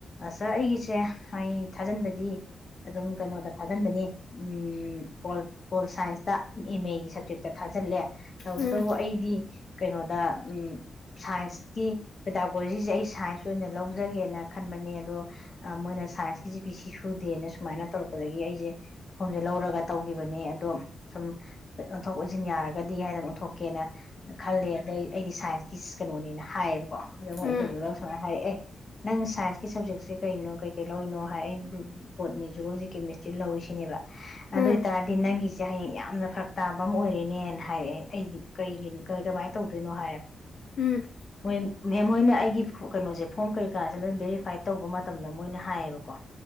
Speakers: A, on the left (about 40°); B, on the left (about 70°).
A: ꯁꯥꯔ ꯑꯩꯒꯤꯁꯦ ꯑꯩ ꯊꯥꯖꯟꯕꯗꯤ ꯑꯗꯨꯝ ꯀꯩꯅꯣꯗ ꯊꯥꯖꯤꯟꯕꯅꯤ ꯎꯝ ꯄꯣꯜ ꯁꯥꯏꯟꯁꯇ ꯑꯦꯝ ꯑꯦꯒꯤ ꯁꯕꯖꯦꯛꯇ ꯊꯥꯖꯤꯜꯂꯦ ꯇꯧꯕꯇꯕꯨ
B: ꯎꯝ
A: ꯑꯩꯗꯤ ꯀꯩꯅꯣꯗ ꯁꯥꯏꯟꯁꯀꯤ ꯄꯦꯇꯥꯒꯣꯖꯤꯁꯦ ꯑꯩ ꯁꯥꯏꯟꯁ ꯑꯣꯏꯅ ꯂꯧꯖꯒꯦꯅ ꯈꯟꯕꯅꯦ ꯑꯗꯣ ꯃꯣꯏꯅ ꯁꯥꯏꯟꯁꯀꯤꯁꯦ ꯄꯤ ꯁꯤ ꯁꯨꯗꯦꯅ ꯁꯨ ꯁꯨꯃꯥꯏꯅ ꯇꯧꯔꯛꯄꯗꯒꯤ ꯑꯩꯁꯦ ꯐꯣꯔꯝꯁꯦ ꯂꯧꯔꯒ ꯇꯧꯈꯤꯕꯅꯦ ꯑꯗꯣ ꯁꯨꯝ ꯑꯣꯟꯊꯣꯛ ꯑꯣꯟꯁꯤꯟ ꯌꯥꯔꯒꯗꯤ ꯍꯥꯏꯗꯅ ꯑꯣꯟꯊꯣꯛꯀꯦꯅ ꯈꯜꯂꯦ ꯑꯗꯩ ꯑꯩꯗꯤ ꯁꯥꯏꯟꯁꯀꯤ ꯀꯩꯅꯣꯅꯦꯅ ꯍꯥꯏꯌꯦꯕꯀꯣ ꯑꯗꯣ ꯃꯣꯏ
B: ꯎꯝ
A: ꯏꯟꯇꯔꯚꯤꯌꯨꯗ ꯁꯨꯃꯥꯏꯅ ꯍꯥꯏꯔꯛꯑꯦ ꯅꯪ ꯁꯥꯏꯟꯁꯀꯤ ꯁꯞꯖꯦꯛꯁꯦ ꯀꯩꯅꯣ ꯀꯩ ꯀꯩ ꯂꯧꯔꯤꯅꯣ ꯍꯥꯏ ꯑꯩ ꯕꯥ ꯕꯣꯠꯅꯤ ꯍꯨꯂꯣꯖꯤ ꯀꯦꯃꯦꯁꯇ꯭ꯔꯤ ꯂꯧꯋꯤꯁꯤꯅꯦꯕ
B: ꯎꯝ
A: ꯑꯗꯨ ꯑꯣꯏꯇꯔꯗꯤ ꯅꯪꯒꯤꯁꯦ ꯍꯌꯦꯡ ꯌꯥꯝꯅ ꯐꯔꯛ ꯇꯥꯕ ꯑꯃꯥ ꯑꯣꯏꯔꯦꯅꯦꯅ ꯍꯥꯏꯦ ꯑꯩꯗꯤ ꯀꯩꯒꯤ ꯀꯃꯥꯏꯅ ꯇꯧꯗꯣꯏꯅꯣ ꯍꯥꯏꯔꯦ
B: ꯎꯝ
A: ꯃꯦꯝ ꯃꯦꯝ ꯃꯣꯏꯅ ꯑꯩꯒꯤ ꯀꯩꯅꯣꯁꯦ ꯐꯣꯔꯝ ꯀꯩꯀꯥꯁꯦ ꯂꯣꯏꯅ ꯚꯦꯔꯤꯐꯥꯏꯠ ꯇꯧꯕ ꯃꯇꯝꯗ ꯃꯣꯏꯅ ꯍꯥꯏꯌꯦꯕꯀꯣ